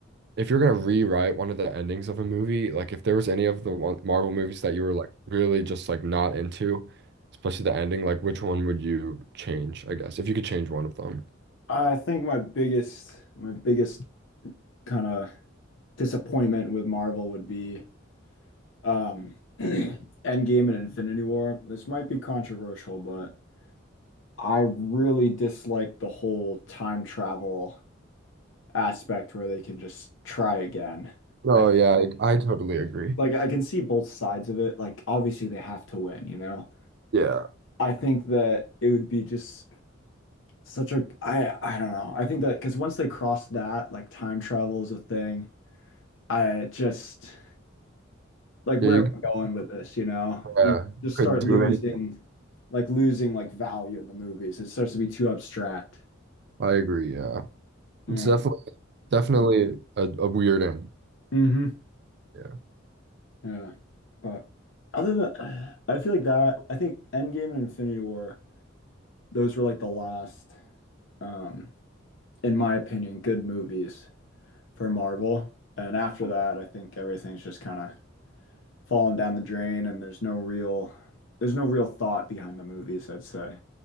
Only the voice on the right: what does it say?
if you're gonna rewrite one of the endings of a movie, like if there was any of the one Marvel movies that you were like really just like not into, especially the ending, like which one would you change, I guess, if you could change one of them?
Oh
yeah,
I, I totally agree.
Yeah.
Yeah,
you
yeah,
could
do
anything.
I agree, yeah.
It's definitely definitely a, a weird end.
Yeah.